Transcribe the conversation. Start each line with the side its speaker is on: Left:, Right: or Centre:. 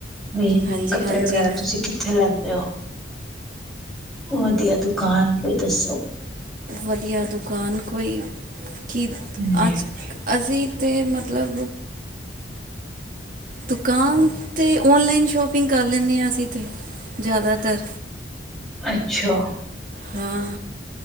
Centre: ਵੀ
Right: ਹਾਂਜੀ
Centre: ਕੱਪੜੇ
Right: ਹਾਂਜੀ
Centre: ਵਗੈਰਾ ਤੁਸੀਂ ਕਿੱਥੇ ਲੈਂਦੇ ਓ ਵਧੀਆ ਦੁਕਾਨ ਕੋਈ ਦੱਸੋ
Right: ਵਧੀਆ ਦੁਕਾਨ ਕੋਈ ਕਿ
Centre: ਹਾਂਜੀ
Right: ਅੱਜ ਅਸੀਂ ਅਤੇ ਮਤਲਬ ਦੁਕਾਨ ਤੇ ਓਨਲਾਈਨ ਸ਼ੋਪਿੰਗ ਕਰ ਲੈਂਨੇ ਆ ਅਸੀਂ ਤਾਂ ਜ਼ਿਆਦਾਤਰ
Centre: ਅੱਛਾ।
Right: ਹਾਂ